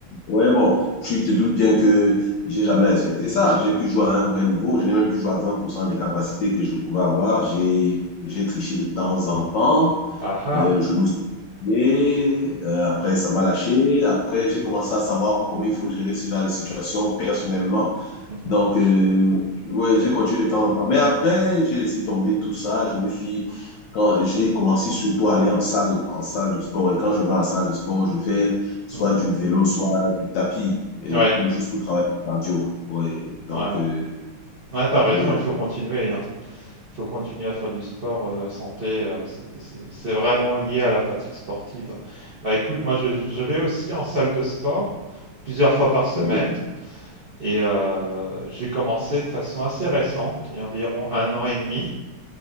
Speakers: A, on the left; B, on the right.
A: ouais, bon, tu te doutes bien que j'ai jamais respecté ça. J'ai pu jouer à un vrai niveau. Je n'ai même plus joué à 20% des capacités que je pouvais avoir. J'ai, j'ai triché de temps en temps.
B: Ah ah.
A: Euh, le genou et euh, après, ça m'a lâché. Après, j'ai commencé à savoir comment il faut gérer ce genre de situation personnellement.
B: Mhm.
A: Donc, euh, ouais, j'ai continué de temps en temps. Mais après, j'ai laissé tomber tout ça. Je me suis, quand j'ai commencé surtout à aller en salle, en salle de sport. Et quand je vais en salle de sport, je fais soit
B: Mhm.
A: du vélo, soit du tapis, et
B: Ouais.
A: pour, juste pour travailler le cardio. Ouais, donc,
B: Ouais, ouais.
A: euh,
B: Ouais, t'as raison,
A: oui,
B: il faut continuer, hein. Il faut continuer à faire du sport, euh, la santé, euh, c'est c'est- c'est vraiment lié à la pratique sportive. hein. Bah écoute, moi je, je vais aussi en salle de sport plusieurs fois par semaine.
A: oui.
B: Et euh, j'ai commencé de façon assez récente, il y a environ un an et demi,